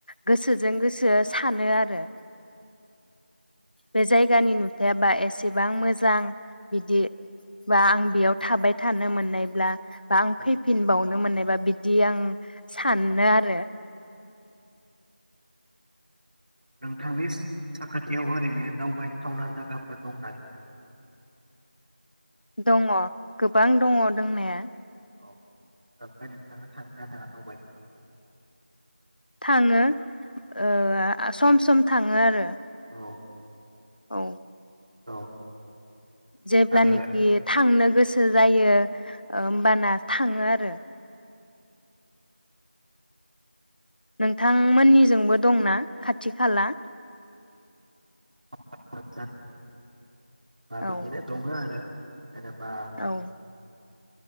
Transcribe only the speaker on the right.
औ औ
नोंथांनि साखाथियाव ओरैनो दावबायथावना जागाफोर दंना गैया?
औ
औ ओमफ्राय नोंथाङा थांगोना थाङा दावबायनो?
औ
औ।
आरो
<unintelligible> <unintelligible>
दंङो आरो जेनेबा